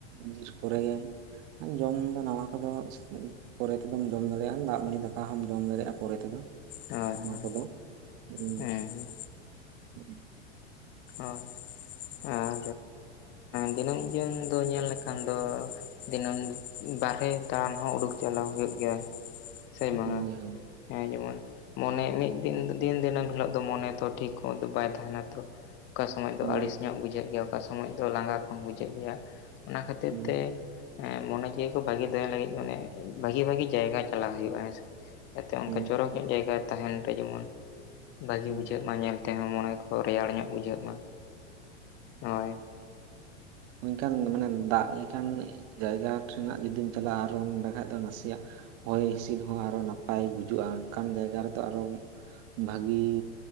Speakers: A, on the right; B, on the left.
A: ᱧᱤᱨ ᱯᱚᱨᱮ ᱜᱮ ᱡᱚᱢ ᱫᱚ ᱱᱟᱣᱟ ᱠᱚᱫᱚ ᱯᱚᱨᱮ ᱛᱮ ᱫᱚᱢ ᱡᱚᱢ ᱫᱟᱲᱮᱭᱟᱜᱼᱟ ᱫᱟᱜ ᱢᱟᱹᱲᱤ ᱫᱟᱠᱟ ᱦᱚᱸ ᱡᱚᱢ ᱫᱟᱲᱮᱭᱟᱜᱼᱟ ᱯᱚᱨᱮ ᱛᱮᱫᱚ
B: ᱦᱳᱭ
A: ᱚᱱᱟ
B: ᱦᱳᱭ
A: ᱠᱚᱫᱚ ᱦᱩᱸ
B: ᱦᱮᱸ ᱦᱮᱸ
A: ᱦᱩᱸ
B: ᱚ ᱟᱨ ᱫᱤᱱᱟᱹᱢ ᱡᱤᱭᱚᱱ ᱫᱚ ᱧᱮᱞ ᱞᱮᱠᱷᱟᱱ ᱫᱚ ᱫᱤᱱᱟᱹᱢ ᱵᱟᱨᱦᱮ ᱫᱟᱲᱟᱱ ᱦᱚᱸ ᱩᱰᱩᱠ ᱪᱟᱞᱟᱣ ᱦᱩᱭᱩᱜ ᱜᱮᱭᱟ
A: <inaudible>
B: ᱥᱮ ᱵᱟᱝᱟ
A: ᱦᱳᱭ
B: ᱦᱮᱸ ᱡᱮᱢᱚᱱ ᱢᱚᱱᱮ ᱢᱤ ᱫᱤᱱ ᱫᱤᱱ ᱫᱤᱱᱟᱹᱢ ᱦᱤᱞᱳᱜ ᱫᱚ ᱢᱚᱱᱮ ᱛᱚ ᱴᱷᱤᱠ ᱫᱚ ᱵᱟᱭ ᱛᱟᱦᱮᱱᱟ ᱛᱚ ᱚᱠᱟ ᱥᱚᱢᱚᱭ ᱫᱚ
A: ᱦᱳᱭ
B: ᱟᱹᱲᱤᱥ ᱧᱚᱜ ᱵᱩᱡᱷᱟᱹᱜ ᱜᱮᱭᱟ ᱚᱠᱟ ᱥᱚᱢᱚᱭ ᱫᱚ ᱞᱟᱸᱜᱟ ᱠᱚᱦᱚᱸ ᱵᱩᱡᱷᱟᱹᱜ ᱜᱮᱭᱟ ᱚᱱᱟ ᱠᱷᱟᱹᱛᱤᱨ
A: ᱦᱩᱸ
B: ᱛᱮ ᱦᱮᱸ ᱢᱚᱱᱮ ᱡᱤᱣᱤ ᱠᱚ ᱵᱷᱟᱜᱤ ᱫᱚᱦᱚᱭ ᱞᱟᱹᱜᱤᱫ ᱢᱟᱱᱮ ᱵᱷᱟᱜᱤ ᱵᱷᱟᱜᱤ ᱡᱟᱭᱜᱟ ᱪᱟᱞᱟᱣ ᱦᱩᱭᱩᱜᱼᱟ ᱦᱮᱸᱥᱮ ᱡᱟᱛᱮ ᱚᱱᱠᱟ
A: ᱦᱩᱸ
B: ᱪᱚᱨᱚᱠ ᱧᱚᱜ ᱡᱟᱭᱜᱟ ᱛᱟᱦᱮᱱ ᱨᱮ ᱡᱮᱢᱚᱱ ᱵᱷᱟᱜᱮ
A: ᱦᱩᱸ
B: ᱵᱩᱡᱷᱟᱹᱜ ᱢᱟ ᱧᱮᱞ ᱛᱮᱦᱚᱸ ᱢᱚᱱᱮ ᱠᱚ ᱨᱮᱭᱟᱲ ᱧᱚᱜ ᱵᱩᱡᱷᱟᱹᱜ ᱢᱟ ᱦᱳᱭ
A: ᱤᱱᱠᱟᱱ ᱢᱟᱱᱮ ᱫᱟᱜ ᱞᱮᱠᱟᱱ ᱡᱟᱭᱜᱟ ᱴᱷᱮᱱᱟᱜ ᱡᱩᱫᱤᱢ ᱪᱟᱞᱟᱜᱼᱟ ᱟᱨ ᱱᱚᱰᱮ ᱠᱷᱟᱡ ᱫᱚ ᱱᱟᱥᱮᱭᱟᱜ ᱦᱚᱭ ᱦᱤᱥᱤᱫ ᱦᱚᱸ ᱟᱨᱚ ᱱᱟᱯᱟᱭ ᱵᱩᱡᱩᱜᱼᱟ ᱚᱱᱠᱟᱱ ᱡᱟᱭᱜᱟ ᱨᱮᱫᱚ ᱟᱨᱚ ᱵᱷᱟᱜᱤ